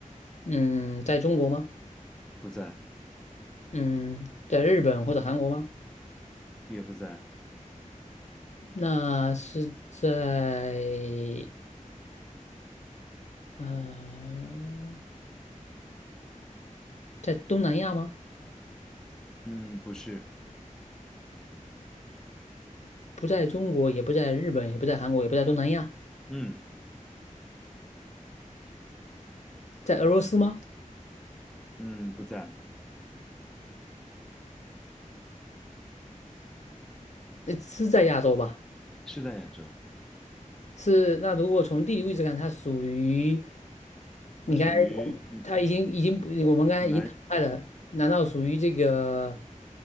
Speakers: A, on the left; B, in the centre.
A: 嗯，在中国吗？
B: 不在，
A: 嗯，在日本或者韩国吗？
B: 也不在，
A: 那是在呃，在东南亚吗？
B: 嗯，不是，
A: 不在中国，也不在日本，也不在韩国，也不在东南亚，
B: 嗯
A: 在俄罗斯吗？
B: 嗯，不在，
A: 呃，是在亚洲吧？
B: 是在亚洲，
A: 是。那如果从地理位置看，它属于你刚才
B: 它属于嗯
A: 它已经已经不我们刚才已经淘汰了，
B: 南
A: 难道属于这个